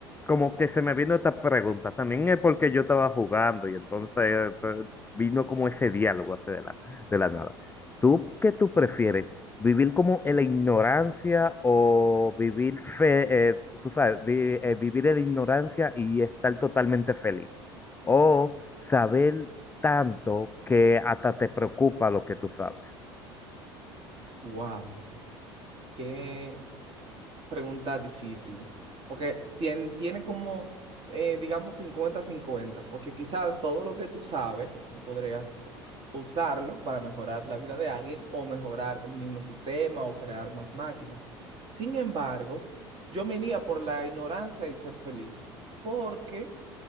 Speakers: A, on the left; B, on the right.
A: como que se me vino esta pregunta, también es porque yo estaba jugando y entonces eh, vino como ese diálogo así de la, de la nada. ¿Tú qué tú prefieres? ¿Vivir como en la ignorancia o vivir fe, eh, tú sabes, vi- eh, vivir en la ignorancia y estar totalmente feliz? O saber tanto que hasta te preocupa lo que tú sabes.
B: Wow. qué pregunta difícil, porque tiene, tiene como, eh, digamos, cincuenta-cincuenta, porque quizás todo lo que tú sabes, tú podrías usarlo para mejorar la vida de alguien o mejorar el mismo sistema o crear más máquinas. Sin embargo, yo me iría por la ignorancia y ser feliz, porque